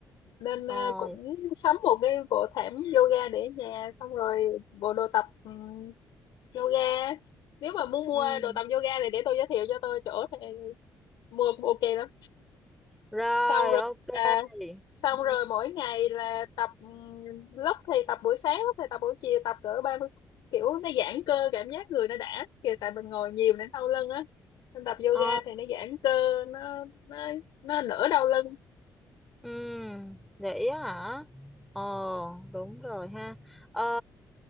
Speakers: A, on the left; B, in the centre.
A: nên ờ,
B: rồi
A: cũng sắm một cái bộ thảm yoga để ở nhà xong rồi bộ đồ tập ừm, yoga nếu mà muốn mua
B: ừ.
A: đồ tập yoga thì để tôi giới thiệu cho tôi chỗ thì mua ok lắm
B: rồi
A: xong rồi
B: ok
A: là xong
B: ừ.
A: rồi mỗi ngày là tập ừm, lúc thì tập buổi sáng lúc thì tập buổi chiều tập cỡ 30 phút. kiểu nó giãn cơ cảm giác người nó đã kìa tại mình ngồi nhiều nên đau lưng á nên tập yoga
B: Ờ.
A: thì nó giãn cơ nó nó nó đỡ đau lưng
B: ừ vậy á hả? Ờ, đúng rồi ha. Ờ,